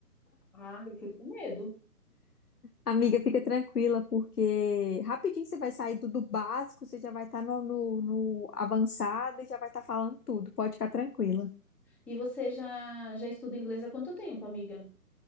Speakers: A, in the centre; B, on the left.
A: Ah, eu fico com medo.
B: amiga, fica tranquila, porque rapidinho você vai sair do, do básico, você já vai estar no, no, no avançado e já vai estar falando tudo, pode ficar tranquila.
A: E você já já estuda inglês há quanto tempo, amiga?